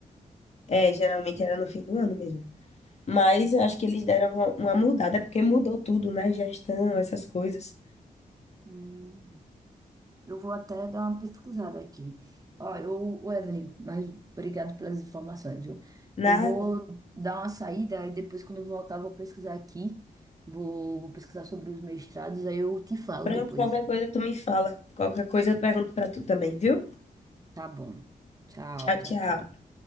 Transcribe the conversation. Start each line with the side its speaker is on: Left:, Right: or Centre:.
Left: É, geralmente era no fim do ano mesmo. Mas eu acho que eles deram uma uma mudada, porque mudou tudo, né? Gestão, essas coisas.
Right: Hum, eu vou até dar uma pesquisada aqui. Ó, eu, o Evelyn, mas obrigado pelas informações, viu?
Left: Nada.
Right: Eu vou dar uma saída e depois, quando eu voltar, eu vou pesquisar aqui. Vou, vou pesquisar sobre os mestrados, aí eu te falo
Left: Pronto,
Right: depois.
Left: qualquer coisa tu me fala. Qualquer coisa eu pergunto pra tu também, viu?
Right: Tá bom. Tchau,
Left: Tchau,
Right: tchau,
Left: tchau.
Right: tchau.